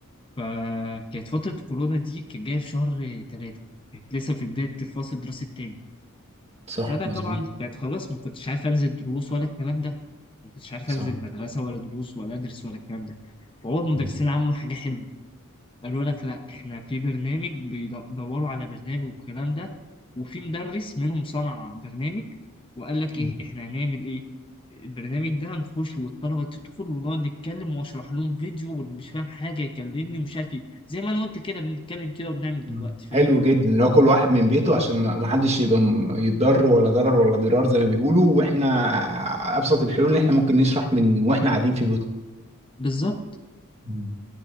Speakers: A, on the left; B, on the right.
A: فكانت فتره كورونا دي كانت جايه في شهر ثلاثه كانت لسه في بدايه الفصل الدراسي التاني
B: صح
A: فانا
B: مظبوط
A: طبعا كانت خلاص ما كنتش عارف انزل دروس ولا الكلام ده ما كنتش عارف
B: صح
A: انزل مدرسه ولا دروس ولا ادرس ولا الكلام ده فهو المدرسين
B: مم.
A: عملوا حاجه حلوه قالوا لك لا احنا في برنامج بيدوروا على برنامج والكلام ده وفي مدرس منهم صنع برنامج وقال لك
B: مم.
A: ايه احنا هنعمل ايه البرنامج ده هنخش والطلبه تدخل ونقعد نتكلم واشرح لهم فيديو واللي مش فاهم حاجه يكلمني ومش عارف ايه زي ما انا وانت كده بنتكلم كده وبنعمل
B: مم.
A: دلوقتي فاهم
B: حلو جدا اللي هو كل واحد من بيته عشان ما ما حدش يبقى م- يتضر ولا ضرر ولا ضرار زي ما بيقولوا واحنا ابسط الحلول اللي احنا ممكن نشرح من واحنا قاعدين في
A: بالظبط
B: بيوتنا